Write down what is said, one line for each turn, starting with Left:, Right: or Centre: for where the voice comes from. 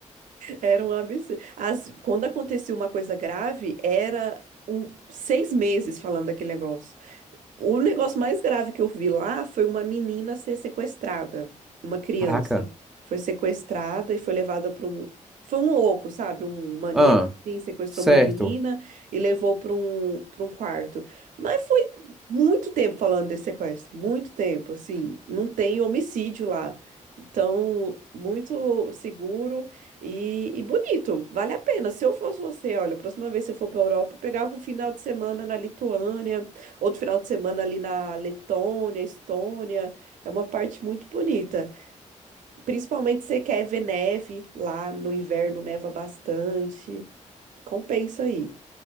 Right: era um absurdo. As- quando acontecia uma coisa grave, era um, seis meses falando daquele negócio. O negócio mais grave que eu vi lá foi uma menina ser sequestrada, uma criança.
Centre: Caraca.
Right: Foi sequestrada e foi levada para um. Foi um louco, sabe? Um maníaco,
Centre: Ah,
Right: assim, sequestrou
Centre: certo.
Right: uma menina e levou para um, para um quarto. Mas foi muito tempo falando desse sequestro, muito tempo, assim. Não tem homicídio lá. Então, muito seguro e, e bonito. Vale a pena. Se eu fosse você, olha, a próxima vez que você for para a Europa, eu pegava um final de semana na Lituânia. Outro final de semana ali na Letônia, Estônia, é uma parte muito bonita. Principalmente se você quer ver neve lá no inverno, neva bastante. Compensa aí.